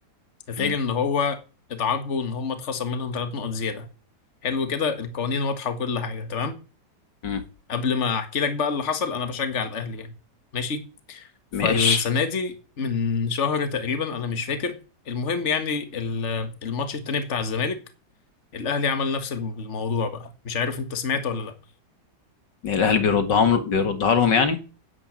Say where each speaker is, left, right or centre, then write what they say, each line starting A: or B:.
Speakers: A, on the left; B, on the left.
A: غير
B: مم.
A: ان هو اتعاقبوا ان هم اتخصم منهم ثلاث نقط زياده حلو كده القوانين واضحه وكل حاجه تمام
B: مم.
A: قبل ما احكي لك بقى اللي حصل انا بشجع الاهلي يعني ماشي فالسنه
B: ماشي
A: دي من شهر تقريبا انا مش فاكر المهم يعني ال- الماتش التاني بتاع الزمالك الاهلي عمل نفس الم- الموضوع بقى مش عارف انت سمعت ولا لا
B: الاهلي بيردها لهم بيردها لهم يعني